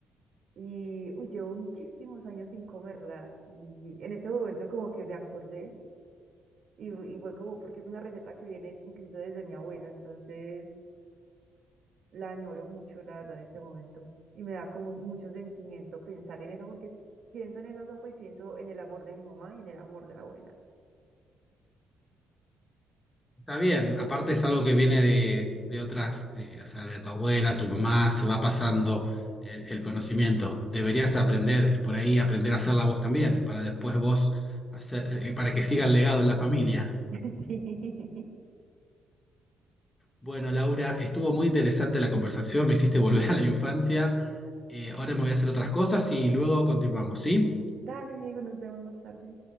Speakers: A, on the right (about 60°); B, on the left (about 20°).
A: Y uy, llevo muchísimos años sin comerla y en este momento como que me acordé y, y fue como porque es una receta que viene incluso desde mi abuela, entonces la añoro mucho, la verdad, en este momento. Y me da como mucho sentimiento pensar en eso porque pienso en esa sopa y pienso en el amor de mi mamá y en el amor de la abuela.
B: está bien, aparte es algo que viene de, de otras, eh, o sea, de tu abuela, tu mamá, se va pasando el, el conocimiento. Deberías aprender
A: Mm.
B: por ahí, aprender a hacerla vos también, para después vos hacer, eh, para que siga el legado en la familia.
A: <laughs> Sí.
B: Bueno, Laura, estuvo muy interesante la conversación, me hiciste volver a la infancia. Eh, ahora me voy a hacer otras cosas y luego continuamos, ¿sí?
A: Dale, Diego, nos vemos más tarde.